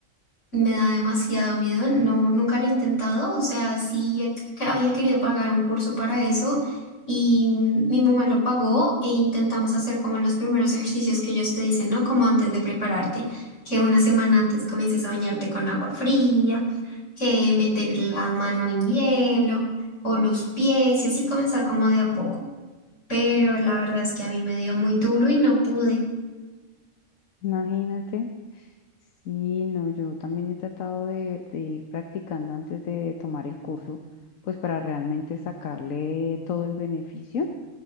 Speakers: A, on the left (about 65°); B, on the left (about 85°).
A: Me da demasiado miedo, no, nunca lo he intentado, o sea, sí eh, que había querido pagar un curso para eso y mm, mi mamá lo pagó e intentamos hacer como los primeros ejercicios que ellos te dicen, ¿no? Como antes de prepararte, que una semana antes comiences a bañarte con agua fría, que meter la mano en hielo o los pies y así comenzar como de a poco, pero la verdad es que a mí me dio muy duro y no pude.
B: Imagínate. Sí, no, yo también he tratado de, de ir practicando antes de tomar el curso, pues para realmente sacarle todo el beneficio,